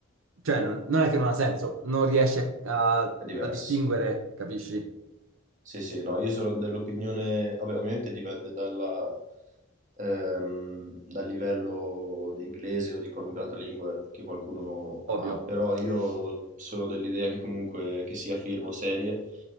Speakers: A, on the right; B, on the right.
A: Cioè non, non è che non ha senso, non riesci a, a-
B: è diverso.
A: a distinguere, capisci?
B: Sì, sì, no, io sono dell'opinione, vabbè, ovviamente dipende dalla, ehm, dal livello di inglese o di qualunque altra lingua che qualcuno
A: Ovvio,
B: ha, però io sono dell'idea che comunque che sia film o serie